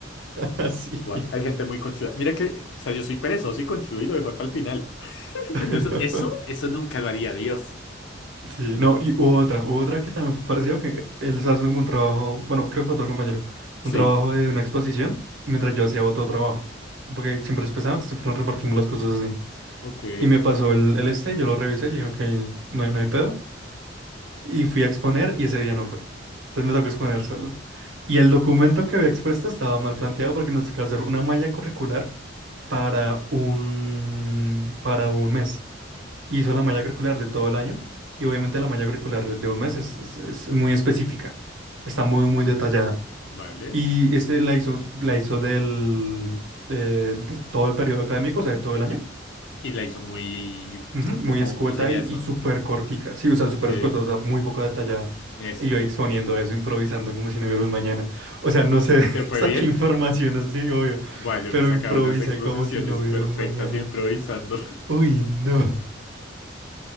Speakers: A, on the right; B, on the left.
A: <laughs> Así.
B: Buah, hay gente muy conchuda. Mira que, o sea, yo soy perezoso y conchudo y lo dejo para el final. <laughs>
A: <laughs>
B: Pero eso, eso, eso nunca lo haría, Dios.
A: Sí, no, y hubo otra, hubo otra que también fue parecido que él estaba haciendo como un trabajo, bueno, creo que fue otro compañero, un
B: Sí,
A: trabajo de una exposición, mientras yo hacía otro trabajo. Porque siempre es pesado, entonces siempre nos repartimos las cosas así.
B: ok.
A: Y me pasó el, el este, yo lo revisé, yo dije, ok, no hay, no hay pedo. Y fui a exponer y ese día no fue. Entonces me tocó
B: No,
A: exponer solo. Y el documento que había expuesto estaba mal planteado porque nos tocaba hacer una malla curricular para un, para un mes. Hizo la malla curricular de todo el año y obviamente la malla curricular de un mes es, es- es muy específica, está muy, muy detallada.
B: vale.
A: Y este la hizo, la hizo del, de, de todo el periodo académico, o sea, de todo el año.
B: Y la hizo muy...
A: Ujú, Muy
B: ¿Cómo,
A: escueta
B: cómo sería
A: y,
B: eso?
A: y súper cortica. Sí, o
B: Ok,
A: sea, súper escueta, o sea, muy poco detallada.
B: eso.
A: Y yo ahí exponiendo eso, improvisando como si no hubiera un mañana. O sea, no sé, <laughs>
B: ¿Te fue
A: saqué
B: bien?
A: información, no sé si obvio,
B: Buah, yo
A: pero
B: me he sacado
A: improvisé
B: unas exposiciones
A: como si no hubiera
B: perfectas
A: un mañana.
B: improvisando.
A: Uy, no.